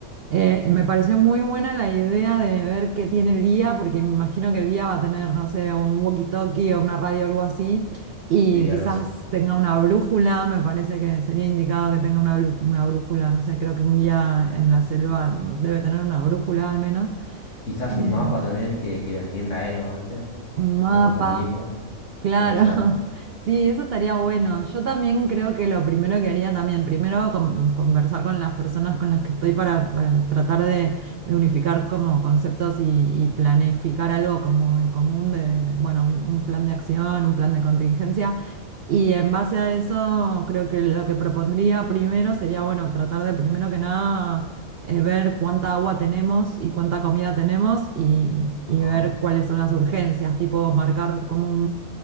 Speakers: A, on the right; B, on the left.
A: Eh, me pareció muy buena la idea de ver qué tiene el guía, porque me imagino que el guía va a tener, no sé, un walkie-talkie o una radio o algo así, y
B: Sí,
A: quizás
B: algo así.
A: tenga una brújula, me parece que sería indicado que tenga una, bru- una brújula, no sé, creo que un guía en la selva debe tener una brújula al menos,
B: Quizás
A: eh,
B: un mapa también que, que lo entienda él, ¿no? ¿Viste?
A: un mapa.
B: Unos mapas viejos,
A: Claro,
B: puede ser.
A: <laughs> sí, eso estaría bueno. Yo también creo que lo primero que haría también, primero con- conversar con las personas con las que estoy para, para tratar de, de unificar como conceptos y, y planificar algo como en común de, bueno, un, un plan de acción, un plan de contingencia. Y en base a eso, creo que lo que propondría primero sería, bueno, tratar de primero que nada eh, ver cuánta agua tenemos y cuánta comida tenemos y, y
B: Ajá.
A: ver cuáles son las urgencias, tipo marcar como un,